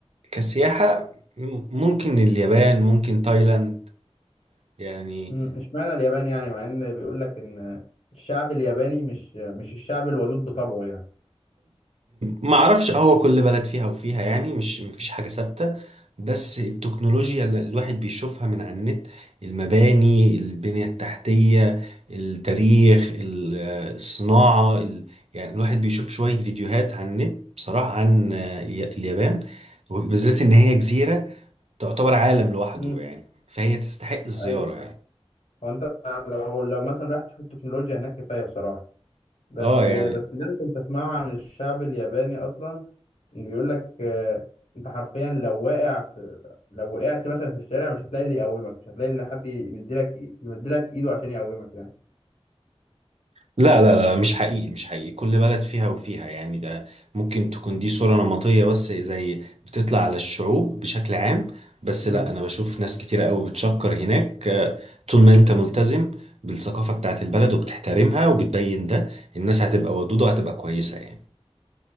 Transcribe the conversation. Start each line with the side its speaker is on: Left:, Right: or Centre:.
Right: كسياحة مم، ممكن اليابان ممكن تايلاند يعني
Left: امم اشمعنى اليابان يعني مع ان بيقول لك ان الشعب الياباني مش مش الشعب الودود بطبعه
Right: ما اعرفش هو كل بلد فيها وفيها يعني مش مفيش حاجة ثابتة بس التكنولوجيا
Left: يعني
Right: اللي الواحد بيشوفها من على النت المباني البنية التحتية التاريخ ال- آه، الصناعة ال- يعني الواحد بيشوف شوية فيديوهات على النت بصراحة عن آه، ي- اليابان بالذات ان هي جزيرة تعتبر عالم لوحده
Left: مم.
Right: يعني فهي تستحق الزيارة
Left: ايوه
Right: يعني
Left: هو انت لو لو مثلا رايح تشوف التكنولوجيا هناك كفايه بصراحه بس
Right: اه يعني
Left: بس اللي انا كنت اسمعه عن الشعب الياباني اصلا إن بيقول لك آه، انت حرفيا لو واقع في لو وقعت مثلا في الشارع مش هتلاقي اللي يقومك مش هتلاقي اللي حد يمدلك إي- يمدلك ايده عشان يقومك يعني
Right: لا لا لا مش حقيقي مش حقيقي كل بلد فيها وفيها يعني ده ممكن تكون دي صورة نمطية بس زي بتطلع على الشعوب بشكل عام بس
Left: مم.
Right: لا أنا بشوف ناس كتيرة قوي بتشكر هناك آه، طول ما أنت ملتزم بالثقافة بتاعت البلد وبتحترمها وبتبين ده الناس هتبقى ودودة وهتبقى كويسة يعني